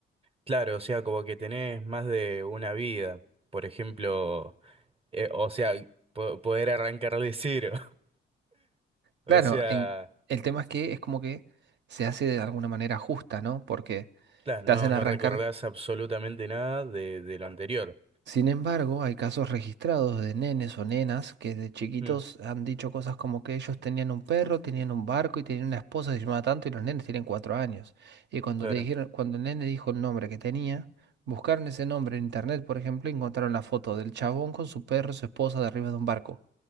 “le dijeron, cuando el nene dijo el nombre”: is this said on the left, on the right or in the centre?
Right